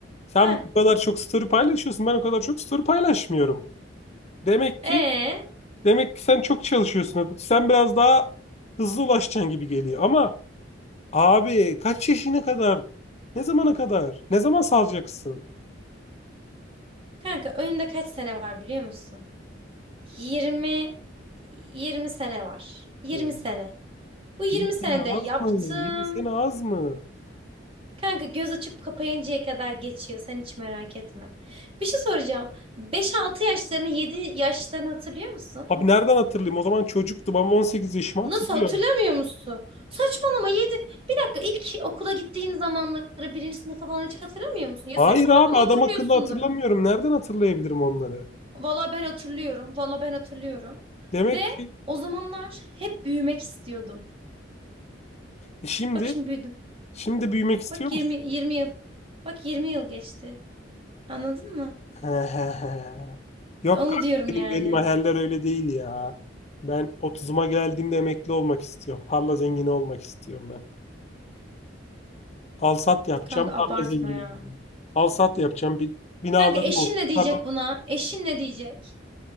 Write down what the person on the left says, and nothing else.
Sen
bu kadar çok story paylaşıyorsun. Ben o kadar çok story paylaşmıyorum. Demek
ki demek ki sen çok çalışıyorsun. Akut. Sen biraz daha hızlı ulaşacaksın gibi geliyor. Ama abi kaç yaşına kadar? Ne zamana kadar? Ne zaman salacaksın?
Oo,
20
sene
az mı? 20 sene az mı?
Abi nereden hatırlayayım? O zaman çocuktum ama 18 yaşımı hatırlıyorum.
Hayır
abi adam
akıllı hatırlamıyorum. Nereden hatırlayabilirim onları?
Demek
ki
e, şimdi
şimdi büyümek istiyor
musun?
<laughs> He he he. Yok
kanka,
benim,
benim hayaller öyle değil ya. Ben otuzuma geldiğimde emekli olmak istiyorum. Tarla zengini olmak istiyorum ben. Alsat yapacağım,
tarla
zengini
olacağım. Alsat yapacağım, bir binalarım
olsun.
Tarla...